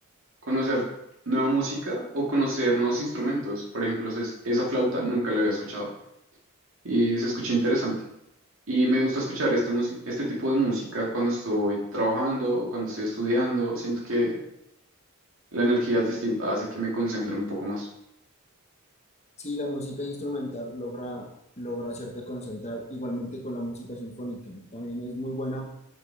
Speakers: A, on the right (about 60°); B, on the left (about 30°).
A: conocer nueva música o conocer nuevos instrumentos. Por ejemplo, es- esa flauta nunca la había escuchado y se escucha interesante. Y me gusta escuchar este, musi- este tipo de música cuando estoy trabajando o cuando estoy estudiando. Siento que La energía es distinta, hace que me concentre un poco más.
B: Sí, la música instrumental logra, logra hacerte concentrar igualmente con la música sinfónica. También es muy buena